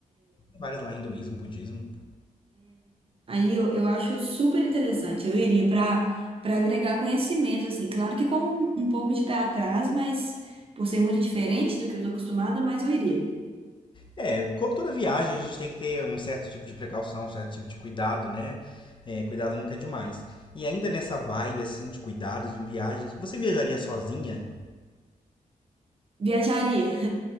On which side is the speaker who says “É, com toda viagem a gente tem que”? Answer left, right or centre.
Left